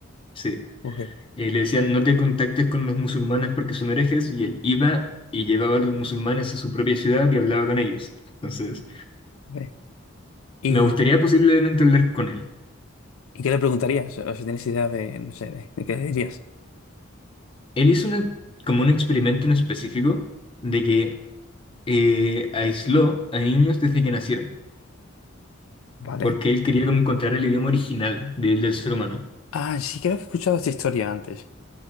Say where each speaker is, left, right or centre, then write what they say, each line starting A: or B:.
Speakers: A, on the left; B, on the left.
A: Sí.
B: Ok,
A: Eh, le decían, no te contactes con los musulmanes porque son herejes, y él iba y llevaba a los musulmanes a su propia ciudad y hablaba con ellos. Entonces,
B: ok. ¿Y,
A: me gustaría posiblemente hablar con él.
B: y qué le preguntarías? O si tienes idea de, no sé, de, de qué le dirías.
A: Él hizo una- como un experimento en específico de que eh, aisló a niños desde que nacieron,
B: Vale.
A: porque él quería como encontrar el idioma original de- del ser humano.
B: Ah, sí, creo que he escuchado esta historia antes.